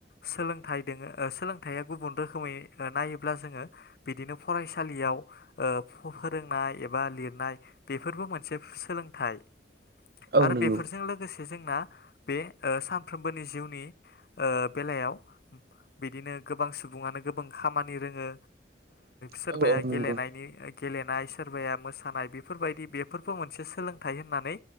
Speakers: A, on the left; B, on the right.
A: सोलोंथाइ दोङो सोलोंथाइया गुबुन रोखोमै नायोब्ला जोङो बिदिनो फरायसालियाव फोरोंनाय एबा लिरनाय बेफोरबो मोनसे सोलोंथाइ।
B: औ
A: आरो
B: नंगौ
A: बेफोरजों लोगोसे जोंना बे साफ्रोमबोनि जिउनि ओ बेलायाव बिदिनो गोबां सुबुङानो गोबां खामानि रोङो सोरबाया
B: औ औ नंगौ
A: गेलेनायनि गेलेनाय सोरबाया मोसानाय बेफोरबायदि बेफोरबो मोनसे सोलोंथाइ होननानै